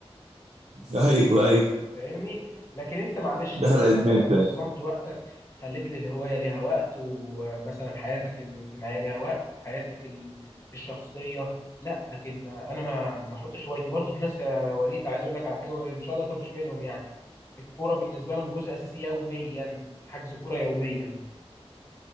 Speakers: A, on the right; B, on the left.
A: <laughs> ايوه ايوه
B: فاهمني لكن انت معلش لو
A: دخل
B: انت
A: ادمان
B: مثلا نظمت
A: فعلا
B: وقتك خليت للهوايه ليها وقت ومثلا حياتك الاجتماعيه ليها وقت حياتك ال- الشخصيه لا لكن انا ما ما احطش هوايتي برضه في ناس يا وليد عايز اقول لك على حاجه ان شاء الله انت مش منهم يعني الكوره بالنسبه لهم جزء اساسي يوميا حجز كوره يوميا